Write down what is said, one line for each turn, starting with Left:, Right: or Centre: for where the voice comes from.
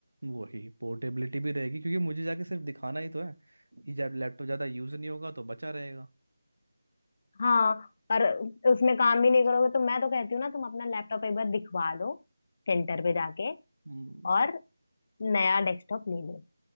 Right: वही पोर्टेबिलिटी भी रहेगी क्योंकि मुझे जाके सिर्फ दिखाना ही तो है ये जब लैपटॉप ज़्यादा यूज़ नहीं होगा तो बचा रहेगा
Left: हाँ पर उसमें काम भी नहीं करोगे तो मैं तो कहती हूँ ना तुम अपना लैपटॉप एक बार दिखवा दो सेंटर पे जाके
Right: हम्म
Left: और नया डेस्कटॉप ले लो